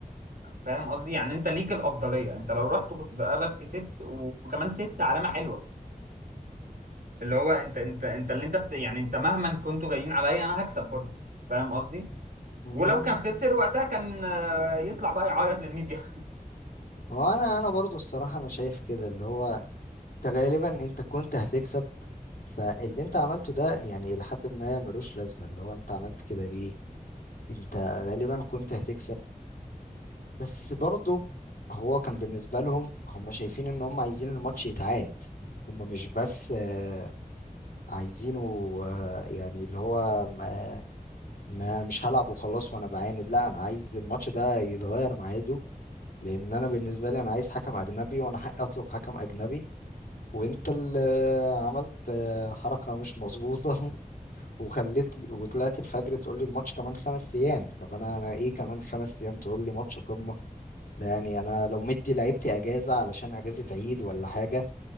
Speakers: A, on the right; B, on the left.
A: فاهم قصدي يعني انت ليك الأفضلية انت لو رحت كنت في الأغلب كسبت وكمان ست علامة حلوة اللي هو انت انت انت اللي انت بت يعني انت مهما كنتوا جايين عليا انا هكسب برضه فاهم قصدي
B: مم.
A: ولو كان خسر وقتها كان آه، يطلع بقى يعيط للميديا
B: هو أنا أنا برضو الصراحة أنا شايف كده اللي هو أنت غالبا أنت كنت هتكسب فاللي انت عملته ده يعني لحد ما ملوش لازمة اللي هو انت عملت كده ليه انت غالبا كنت هتكسب بس برضه هو كان بالنسبة لهم هم شايفين ان هم عايزين الماتش يتعاد هم مش بس آه، عايزينه آه، يعني اللي هو ما ما انا مش هلعب وخلاص وانا بعاند لا انا عايز الماتش ده يتغير ميعاده لان انا بالنسبة لي انا عايز حكم اجنبي وانا حقي اطلب حكم اجنبي وانت اللي آه، عملت آه، حركة مش مظبوطة <laughs> وخليت وطلعت الفجر تقول لي الماتش كمان خمس ايام طب انا انا ايه كمان خمس ايام تقول لي ماتش قمة ده يعني انا لو مدي لعيبتي اجازه علشان اجازه عيد ولا حاجه